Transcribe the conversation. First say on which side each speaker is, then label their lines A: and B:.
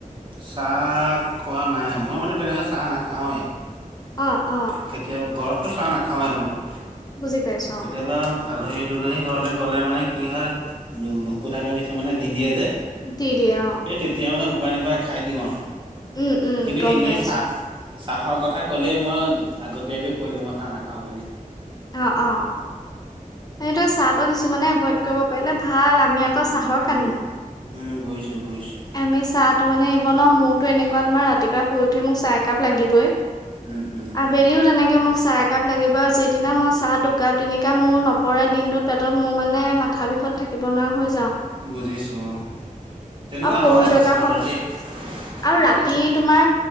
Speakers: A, on the right; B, on the left.
A: চাহ খোৱা নাই মই মানে তেনেকৈ চাহ নাখাওঁৱেই।
B: অ অ
A: কেতিয়া ঘৰতটো চাহ নাখাও মই
B: বুজি পাইছো
A: কেতিয়াবা
B: অ
A: আলহী দূলহী ঘৰলৈ গ'লে মানে কি হয় দু দুশো মানে কিছুমানে দি দিয়ে যে
B: <unintelligible>
A: এই তেতিয়া মানে উপায় নাপায় খাই দিওঁ অ
B: উম উম
A: কিন্তু
B: গম
A: এনেই
B: পাইছো
A: চাহ চাহৰ কথা ক'লেই মই আগতীয়াকে কৈ দিওঁ মই চাহ নাখাওঁ বুলি।
B: অ', অ সেইটোয়ে চাহটো কিছুমানে এভোইড কৰিব পাৰিলে ভাল আমি আকৌ চাহৰ
A: উম, উম,
B: কানিয়া
A: উম, বুজিছোঁ বুজিছোঁ।
B: আমি চাহ ত মানে এইব ন মোৰতো এনেকুৱা তোৰ ৰাতিপুৱা শুই উঠি মোক চাহ একাপ লাগিবই।
A: উম, উম,
B: আবেলিও তেনেকে মোক চাহ একাপ লাগিব আৰু যি সিদিনা মই চাহ দুকাপ তিনিকাপ মোৰ নপৰে দিনটোত পেটত মোৰ মানে মাথা বিষত থাকিব নোৱাৰা হৈ
A: বুজিছো অ। তেনেকুৱা
B: অ পঢ়ি
A: হয়
B: থকা
A: কিছুমানৰ
B: সময়
A: দেই
B: আৰু
A: মানে
B: ৰাতি
A: কিছু
B: তোমাৰ